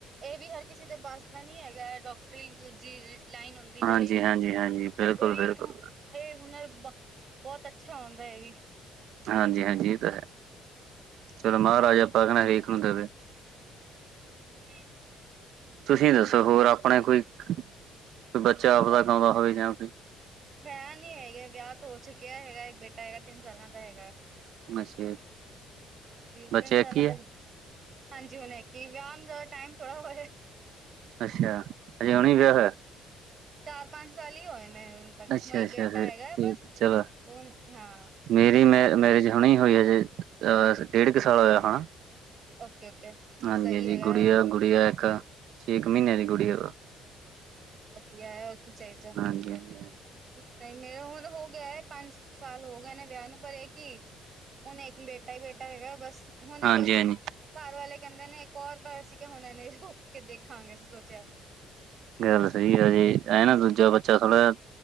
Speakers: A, on the right; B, on the right.
A: ਏ ਵੀ ਹਰ ਕਿਸੇ ਦੇ ਬੱਸ ਦਾ ਨੀ ਹੈਗਾ ਡਾਕਟਰੀ ਜੀ ਲਾਈਨ ਹੁੰਦੀ। ਜਿਹੜੀ
B: ਹਾਂਜੀ ਹਾਂਜੀ, ਹਾਂਜੀ ਬਿਲਕੁਲ
A: ਇਹ ਵੀ
B: ਬਿਲਕੁਲ।
A: ਇਹ ਹੁਨਰ ਬ ਬਹੁਤ ਅੱਛਾ ਹੁੰਦਾ ਏ ਵੀ।
B: ਹਾਂਜੀ ਹਾਂਜੀ ਇਹ ਤਾਂ ਹੈ। ਚਲੋ ਮਹਾਰਾਜ ਆਪਾਂ ਕਹਿਣਾ ਹਰੇਕ ਨੂੰ ਦੇਵੇ।
A: ਹੂੰ,
B: ਤੁਸੀਂ ਦੱਸੋ ਹੋਰ ਆਪਣੇ ਕੋਈ ਕੋਈ ਬੱਚਾ ਆਪਦਾ
A: ਕੁਛ
B: ਗਾਉਂਦਾ ਹੋਵੇ ਜਾਂ ਕੋਈ।
A: ਹੈ ਨੀ ਹੈਗੇ ਵਿਆਹ ਤੋਂ ਹੋ ਚੁੱਕਿਆ ਹੈਗਾ ਇੱਕ ਬੇਟਾ ਹੈਗਾ ਤਿੰਨ ਸਾਲਾਂ ਦਾ ਹੈਗਾ।
B: ਅੱਛਾ,
A: ਤਿ
B: ਬੱਚੇ
A: ਤਿੰਨ ਸਾਲਾਂ
B: ਇੱਕ ਹੀ
A: ਤ
B: ਹੈ
A: ਹਾਂਜੀ ਹੁਣੇ ਕਿ ਵਿਆਹ ਨੂੰ ਥੋੜ੍ਹਾ ਟਾਈਮ ਥੋੜਾ ਹੋਇਆ।
B: ਅੱਛਾ ਅਜੇ ਹੁਣੀ
A: ਹਾਂਜੀ।
B: ਵਿਆਹ ਹੋਇਆ।
A: ਚਾਰ ਪੰਜ ਸਾਲ ਹੀ ਹੋਏ ਨੇ ਹੁਣ ਤੱਕ
B: ਅੱਛਾ
A: ਹੁਣ ਇੱਕ
B: ਅੱਛਾ
A: ਬੇਟਾ
B: ਫਿਰ
A: ਹੈਗਾ
B: ਫਿਰ
A: ਬਸ।
B: ਚਲੋ
A: ਹੁਣ ਹਾਂ
B: ਮੇਰੀ ਮੈ
A: ਆਪਣਾ
B: ਮੈਰਿਜ ਹੁਣੇ ਹੋਈ ਆ ਜੀ ਅਜੇ ਡੇਢ ਕ ਸਾਲ ਹੋਇਆ ਹੁਣ।
A: Okay okay.
B: ਹਾਂਜੀ
A: ਸਹੀ
B: ਹਾਂਜੀ,
A: ਹੈਗਾ
B: ਗੁੜੀਆਂ ਗੁੜੀਆਂ ਇੱਕ ਛੇ ਕ ਮਹੀਨੇ ਦੀ ਗੁੜੀਆਂ।
A: ਵਧੀਆ ਹੋਰ ਕੀ ਚਾਹੀਦਾ।
B: ਹਾਂਜੀ ਹਾਂਜੀ
A: ਨਹੀਂ ਮੇਰਾ ਹੁਣ ਹੋ ਗਿਆ ਐ ਪੰਜ ਸਾਲ ਹੋ ਗਏ ਨੇ ਵਿਆਹ ਨੂੰ, ਪਰ ਇਹ ਕਿ ਹੁਣ ਇੱਕ ਬੇਟਾ ਈ ਬੇਟਾ ਹੈਗਾ ਬਸ। ਹੁਣੇ
B: ਹਾਂਜੀ
A: ਕੋਈ
B: ਹਾਂਜੀ
A: ਘਰ ਵਾਲੇ ਕਹਿੰਦੇ ਨੇ ਇੱਕ ਹੋਰ ਪਰ ਅਸੀਂ ਕਹਿ ਹੁਣੇ ਨੀ ਰੁੱਕ ਕੇ ਦੇਖਾਂਗੇ ਸੋਚਿਆ।
B: ਗੱਲ ਸਹੀ ਆ ਜੀ ਐ ਨਾ ਦੂਜਾ ਬੱਚਾ ਥੋੜਾ